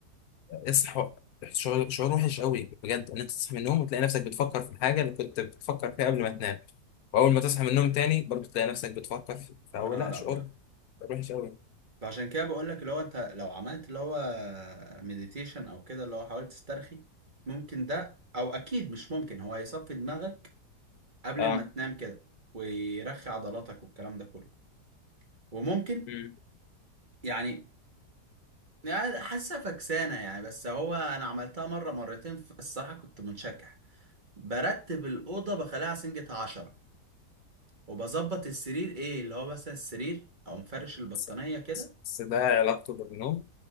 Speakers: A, on the left (about 70°); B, on the right (about 30°).
A: اصحى شعور شعور وحش قوي بجد ان انت تصحى من النوم وتلاقي نفسك بتفكر في الحاجه اللي كنت بتفكر فيها قبل ما تنام واول ما تصحى من النوم تاني برضه تلاقي نفسك بتفكر في- فهو
B: يا نهار
A: لا شعور
B: ابيض
A: شعور وحش قوي
B: فعشان كده بقول لك اللي هو انت لو عملت اللي هو مديتيشن او كده اللي هو حاولت تسترخي ممكن ده او اكيد مش ممكن هو هيصفي دماغك قبل
A: اه
B: ما تنام كده ويرخي عضلاتك والكلام ده كله وممكن
A: امم
B: يعني يعني حاسه فكسانه يعني بس هو انا عملتها مره مرتين ف- الصراحه كنت منشكح برتب الاوضه بخليها سنجة عشرة وبظبط السرير ايه اللي هو مثلا السرير او مفرش البطانيه
A: بس
B: كده
A: بس ده علاقته بالنوم